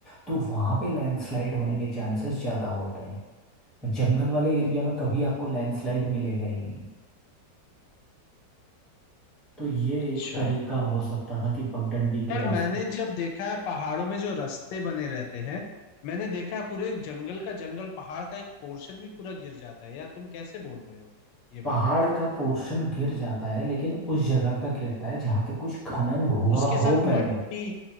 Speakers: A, in the centre; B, on the left (about 80°).
A: तो वहाँ पे लैंडस्लाइड होने के चांसेस ज़्यादा होते हैं जंगल वाले एरिया में कभी आपको लैंडस्लाइड मिलेगा ही नहीं तो ये
B: अच्छा
A: एक तरीका हो सकता था कि पगडंडी के
B: पर
A: रास्ते
B: मैंने जब देखा है पहाड़ों में जो रास्ते बने रहते हैं मैंने देखा है पूरे जंगल का जंगल पहाड़ का एक पोर्शन भी पूरा गिर जाता है यार तुम कैसे बोल रहे हो ये बात
A: पहाड़ का पोर्शन गिर जाता है लेकिन उस जगह का गिरता है जहाँ पे कुछ खनन हुआ
B: उसके
A: हो
B: साथ
A: पहले
B: मट्टी